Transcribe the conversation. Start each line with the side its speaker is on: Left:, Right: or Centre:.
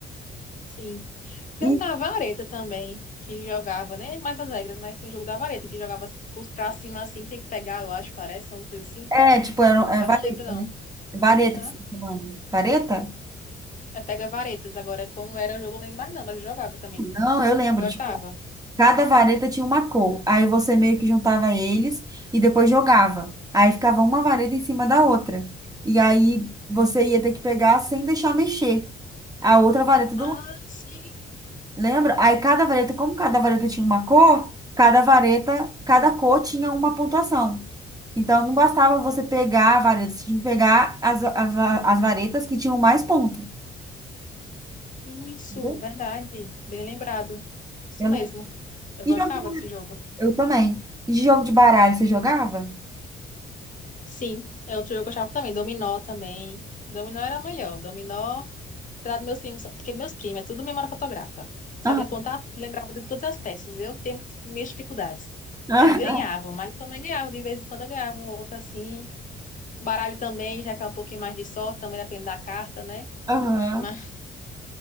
Left: Sim. Tem
Right: E,
Left: um da vareta também, que jogava, nem mais as regras, mas tinha um jogo da vareta, que jogava pros- pra cima assim, tem que pegar, eu acho, parece, alguma coisa assim.
Right: é, tipo, era,
Left: Mas
Right: é vareta,
Left: não lembro, não.
Right: né? Vareta
Left: Hã?
Right: que você tá falando. Vareta?
Left: É pega varetas. Agora, como era o jogo, eu não lembro mais, não, mas eu jogava também.
Right: Não, eu lembro.
Left: Eu gostava.
Right: tipo, Cada vareta tinha uma cor. Aí você meio que juntava eles e depois jogava. Aí ficava uma vareta em cima da outra. E aí você ia ter que pegar sem deixar mexer a outra vareta do
Left: Ah,
Right: lado.
Left: sim.
Right: Lembra? Aí cada vareta, como cada vareta tinha uma cor, cada vareta, cada cor tinha uma pontuação. Então não bastava você pegar a vareta, você tinha que pegar as, as, as varetas que tinham mais ponto.
Left: Isso,
Right: Entendeu?
Left: verdade. Bem lembrado. Isso
Right: Eu
Left: mesmo.
Right: lembro.
Left: Eu
Right: E
Left: gostava
Right: jogo, de baralho?
Left: desse jogo.
Right: eu também. E de jogo de baralho, você jogava?
Left: Sim, é outro jogo que eu gostava também. Dominó também. Dominó era melhor. Dominó, apesar dos meus primos, porque meus primos é tudo memória fotográfica. Sabia
Right: Aham.
Left: contar tudo, lembrava de todas as peças. Eu tenho minhas dificuldades.
Right: <laughs>
Left: Aí ganhavam, mas também ganhavam. De vez em quando eu ganhava um ou outro assim. Baralho também, já que é um pouquinho mais de sorte, também depende da carta, né?
Right: Aham.
Left: Mas,